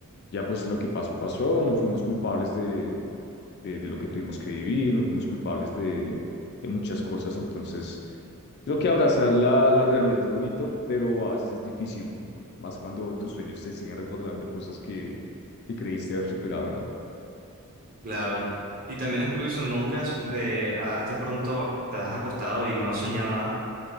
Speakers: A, on the left; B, on the right.
A: Ya pues lo que pasó, pasó, no fuimos culpables de, de, de lo que tuvimos que vivir, no fuimos culpables de, de muchas cosas, entonces creo que abrazar la, la realidad es bonito, pero a veces es difícil, más cuando tus sueños te siguen recordando cosas que, que creíste haber superado, ¿no?
B: Claro. Y también es curioso, ¿no? nunca has- de hasta pronto te has acostado y no has soñado nada,